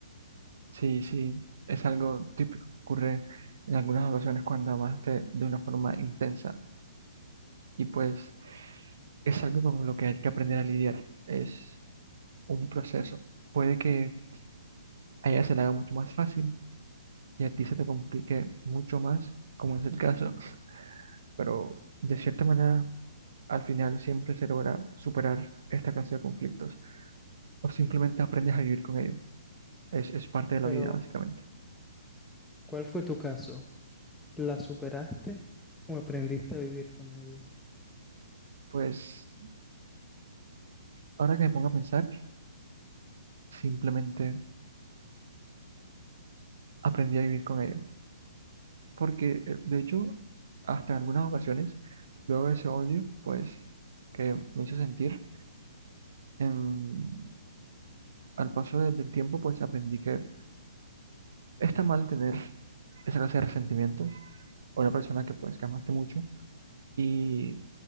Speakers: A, on the right (about 60°); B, in the centre.
A: Sí, sí, es algo típico que ocurre en algunas ocasiones cuando amaste de una forma intensa y pues es algo con lo que hay que aprender a lidiar. Es un proceso. Puede que a ella se le haga mucho más fácil y a ti se te complique mucho más, como es el caso, <laughs> pero de cierta manera al final siempre se logra superar esta clase de conflictos. o simplemente aprendes a vivir con ello. Es, es parte de
B: Pero,
A: la vida, básicamente.
B: ¿cuál fue tu caso? ¿La superaste o aprendiste a vivir con ella?
A: Pues ahora que me pongo a pensar, simplemente aprendí a vivir con ello. Porque, eh, de hecho, hasta en algunas ocasiones, luego de ese odio, pues, que me hizo sentir, em, al paso de- del tiempo, pues aprendí que está mal tener esa clase de resentimientos a una persona que, pues, que amaste mucho y